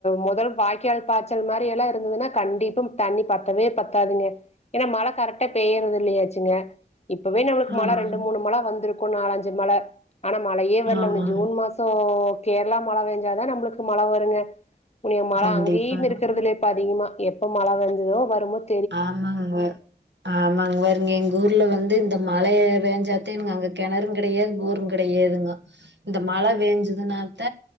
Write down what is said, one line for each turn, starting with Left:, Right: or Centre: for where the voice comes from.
Left: முதல் வாய்க்கால் பாய்ச்சல் மாரி எல்லா இருந்துதுன்னா கண்டிப்பா தண்ணி பத்தவே பத்தாதுங்க ஏனா மழை கரெக்டா பெய்யுறது இல்லையாச்சுங்க இப்பவே நமளுக்கு
Right: ஆமாங்க
Left: மழை ரெண்டு மூணு மழ வந்திருக்கு நாலஞ்சு மழ ஆனா மழையே வரல
Right: ஆமாங்க
Left: இன்னும் ஜூன் மாச கேரளா மழ பெஞ்சாதா நம்மளுக்கு மழ வருங்க உன்னைய மழை
Right: கண்டிப்பாங்க
Left: அங்கேயும் இருக்குறதுல இப்ப அதிகமா எப்ப மழை வஞ்சதோ வரும்போது
Right: ஆமாங்க ஆமாங்க பாருங்க எங்க ஊர்ல வந்து இந்த மழையே பெஞ்சாத்த இவுங்க அங்க கிணறு கிடையாது போரு கிடையாதுங்க இந்த மழ வேஞ்சுதுநானத்த